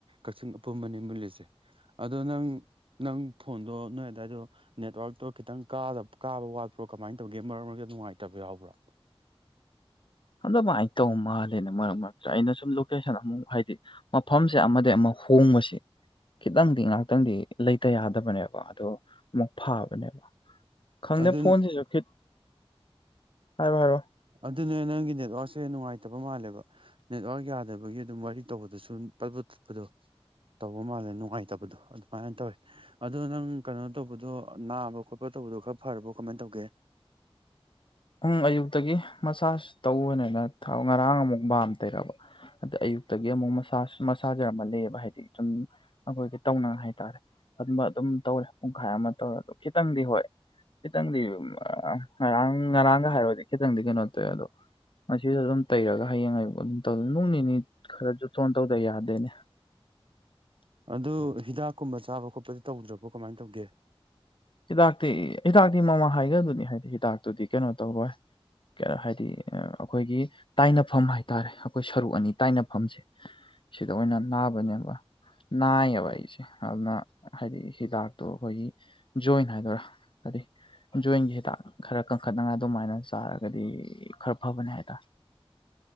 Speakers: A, on the right; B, on the left.
A: ꯀꯛꯆꯤꯡ ꯑꯄꯨꯟꯕꯅꯤ ꯃꯨꯠꯂꯤꯁꯦ ꯑꯗꯣ ꯅꯪ ꯅꯪ ꯐꯣꯟꯗꯣ ꯅꯣꯏ ꯑꯗꯥꯏꯗꯣ ꯅꯦꯠꯋ꯭ꯥꯛꯇꯣ ꯈꯤꯇꯪꯗ ꯀꯥꯕ ꯋꯥꯠꯄ꯭ꯔꯣ ꯀꯃꯥꯏꯅ ꯇꯧꯒꯦ ꯃꯔꯛ ꯃꯔꯛꯇ ꯅꯨꯡꯉꯥꯏꯇꯕ ꯌꯥꯎꯕ꯭ꯔꯣ
B: ꯑꯃꯥꯏꯅ ꯇꯧ ꯃꯥꯜꯂꯦꯅ ꯃꯔꯛ ꯃꯔꯛꯇ ꯑꯩꯅ ꯁꯨꯝ ꯂꯣꯀꯦꯁꯟ ꯑꯃꯨꯛ ꯍꯥꯏꯗꯤ ꯃꯐꯝꯁꯦ ꯑꯃꯗꯒꯤ ꯑꯃ ꯍꯣꯡꯕꯁꯦ ꯈꯤꯇꯪꯗꯤ ꯉꯍꯥꯛꯇꯪꯗꯤ ꯂꯩꯇ ꯌꯥꯗꯕꯅꯦꯕ ꯑꯣ ꯑꯃꯨꯛ ꯐꯕꯅꯦꯕ ꯈꯪꯗꯦ
A: ꯑꯗꯨ
B: ꯐꯣꯟꯁꯤꯁꯨ ꯈꯤꯠ ꯍꯥꯏꯔꯣ ꯍꯥꯏꯔꯣ
A: ꯑꯗꯨꯅꯦ ꯅꯪꯒꯤ ꯅꯦꯠꯋꯥ꯭ꯛꯁꯦ ꯅꯨꯡꯉꯥꯏꯇꯕ ꯃꯥꯜꯂꯦꯕ ꯅꯦꯠꯋꯥ꯭ꯛ ꯌꯥꯗꯕꯒꯤ ꯑꯗꯨꯝ ꯋꯥꯔꯤ ꯇꯧꯕꯗꯁꯨ ꯑꯗꯨꯝ ꯄꯠ ꯄꯠ ꯇꯠꯄꯗꯣ ꯇꯧꯕ ꯃꯥꯜꯂꯦ ꯅꯨꯡꯉꯥꯏꯇꯕꯗꯣ ꯑꯗꯨꯃꯥꯏꯅ ꯇꯧꯋꯤ ꯑꯗꯣ ꯅꯪ ꯀꯩꯅꯣ ꯇꯧꯕꯗꯣ ꯅꯥꯕ ꯈꯣꯠꯄ ꯇꯧꯕꯗꯣ ꯈꯔ ꯐꯔꯕꯣ ꯀꯃꯥꯏꯅ ꯇꯧꯒꯦ
B: ꯎꯨꯡ ꯑꯌꯨꯛꯇꯒꯤ ꯃꯆꯥꯁ ꯇꯧꯕꯅꯤꯅ ꯊꯥꯎ ꯉꯔꯥꯡ ꯑꯃꯨꯛ ꯕꯥꯝ ꯇꯩꯔꯕ ꯑꯗ ꯑꯌꯨꯛꯇꯒꯤ ꯑꯃꯨꯛ ꯃꯁꯥꯖ ꯃꯁꯥꯖꯔꯝꯃꯜ ꯂꯩꯕ ꯍꯥꯏꯗꯤ ꯁꯨꯝ ꯑꯩꯈꯣꯏꯒꯤ ꯇꯧꯅ ꯍꯥꯏꯇꯥꯔꯦ ꯑꯗꯨꯝꯃ ꯑꯗꯨꯝ ꯇꯧꯔꯦ ꯄꯨꯡꯈꯥꯏ ꯑꯃ ꯇꯧꯔꯦ ꯑꯗꯣ ꯈꯤꯇꯪꯗꯤ ꯍꯣꯏ ꯈꯤꯇꯪꯗꯤ ꯉꯔꯥꯡ ꯉꯔꯥꯡꯒ ꯍꯥꯏꯔꯗꯤ ꯈꯤꯇꯪꯗꯤ ꯀꯩꯅꯣ ꯇꯧꯋꯦ ꯑꯗꯣ ꯉꯁꯤꯖꯨ ꯑꯗꯨꯝ ꯇꯩꯔꯒ ꯍꯌꯦꯡ ꯑꯌꯨꯛ ꯑꯗꯨꯝ ꯇꯧ ꯅꯨꯡ ꯅꯤꯅꯤ ꯈꯔꯁꯨ ꯖꯨꯇꯣꯟ ꯇꯧꯗ ꯌꯥꯗꯦꯅꯦ
A: ꯑꯗꯨ ꯍꯤꯗꯥꯛꯀꯨꯝꯕ ꯆꯥꯕ ꯈꯣꯠꯄꯗꯤ ꯇꯧꯗ꯭ꯔꯕꯣ ꯀꯃꯥꯏ ꯇꯧꯒꯦ
B: ꯍꯤꯗꯥꯛꯇꯤ ꯍꯤꯗꯥꯛꯇꯤ ꯃꯃꯥ ꯍꯥꯏꯒꯗꯨꯅꯤ ꯍꯥꯏꯗꯤ ꯍꯤꯗꯥꯛꯇꯨꯗꯤ ꯀꯩꯅꯣ ꯇꯧꯔꯣꯏ ꯍꯥꯏꯗꯤ ꯑꯩꯈꯣꯏꯒꯤ ꯇꯥꯏꯅꯐꯝ ꯍꯥꯏꯇꯥꯔꯦ ꯑꯩꯈꯣꯏ ꯁꯔꯨꯛ ꯑꯅꯤ ꯇꯥꯏꯅꯐꯝꯁꯦ ꯁꯤꯗ ꯑꯣꯏꯅ ꯅꯥꯕꯅꯦꯕ ꯅꯥꯏꯌꯦꯕ ꯑꯩꯁꯦ ꯑꯗꯨꯅ ꯍꯥꯏꯗꯤ ꯍꯤꯗꯥꯛꯇꯣ ꯑꯩꯈꯣꯏꯒꯤ ꯖꯣꯏꯟ ꯍꯥꯏꯗꯣꯏꯔꯥ ꯀꯔꯤ ꯖꯣꯏꯟꯒꯤ ꯍꯤꯗꯥꯛ ꯈꯔ ꯀꯟꯈꯠꯅꯉꯥꯏ ꯑꯗꯨꯃꯥꯏꯅ ꯆꯥꯔꯒꯗꯤ ꯈꯔ ꯐꯕꯅꯦ ꯍꯥꯏꯇꯥꯔ